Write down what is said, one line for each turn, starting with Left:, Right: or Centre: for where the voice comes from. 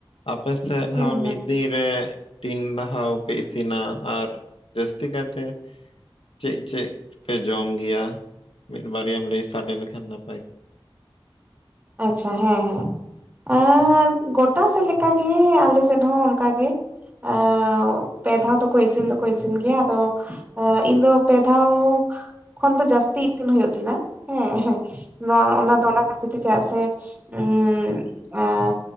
Left: ᱟᱯᱮᱥᱮᱫ
Right: ᱦᱩᱸ
Left: ᱦᱚᱸ ᱢᱤᱫ
Right: ᱦᱩᱸ
Left: ᱫᱤᱱ ᱛᱤᱱ ᱫᱷᱟᱣ ᱯᱮ ᱤᱥᱤᱱᱟ ᱟᱨ ᱡᱟᱹᱥᱛᱤ ᱠᱟᱭᱛᱮ ᱪᱮᱫ ᱪᱮᱫ ᱯᱮ ᱡᱚᱢ ᱜᱮᱭᱟ ᱢᱤᱫ ᱵᱟᱨᱭᱟᱢ ᱞᱟᱹᱭ ᱥᱟᱰᱮ ᱞᱮᱠᱷᱟᱱ ᱱᱟᱯᱟᱭ ᱠᱚᱜᱼᱟ
Right: ᱟᱪᱪᱷᱟ ᱦᱮᱸ ᱦᱮᱸ ᱮᱸ ᱜᱚᱴᱟ ᱥᱮᱫ ᱞᱮᱠᱟ ᱜᱮ ᱟᱞᱮ ᱥᱮᱫ ᱦᱚᱸ ᱚᱱᱠᱟᱜᱮ ᱮ ᱻᱯᱮ ᱫᱷᱟᱣ ᱫᱚᱠᱚ ᱤᱥᱤᱱ ᱫᱚᱠᱚ ᱤᱥᱤᱱ ᱜᱮᱭᱟ ᱟᱫᱚ ᱤᱧ ᱫᱚ ᱯᱮ ᱫᱷᱟᱣ ᱠᱷᱚᱱ ᱫᱚ ᱡᱟᱹᱥᱛᱤ ᱤᱥᱤᱱ ᱦᱩᱭᱩᱜ ᱛᱤᱧᱟᱹ ᱦᱮᱸ ᱦᱮᱸ ᱱᱚᱣᱟ ᱚᱱᱟ ᱫᱚ ᱚᱱᱟ ᱠᱷᱟᱹᱛᱤᱨ ᱛᱮ ᱪᱮᱫᱟᱜ ᱥᱮ ᱩ ᱟᱸ